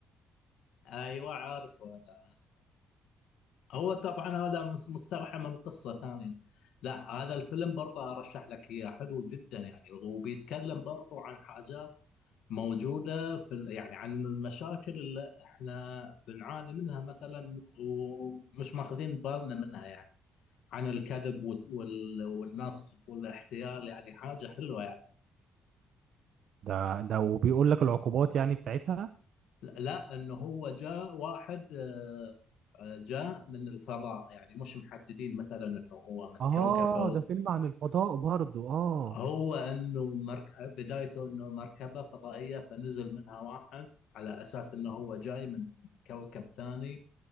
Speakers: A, on the left; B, on the right.
A: ايوه عارفه انا هو طبعا هذا مستوحى من قصة ثانية لا هذا الفيلم برضه أرشح لك إياه حلو جدا يعني وبيتكلم برضه عن حاجات موجودة في ال- يعني عن المشاكل اللي احنا بنعاني منها مثلا ومش ماخذين بالنا منها يعني عن الكذب وت- وال- والنصب والاحتيال يعني حاجة حلوة يعني
B: ده ده وبيقول لك العقوبات يعني بتاعتها
A: لا انه هو جاء واحد آه، آه، جاء من الفضاء يعني مش محددين مثلا انه هو من
B: اه
A: كوكب
B: ده فيلم عن الفضاء برضو اه
A: هو انه مركب بدايته انه مركبه فضائيه فنزل منها واحد على اساس انه هو جاي من كوكب ثاني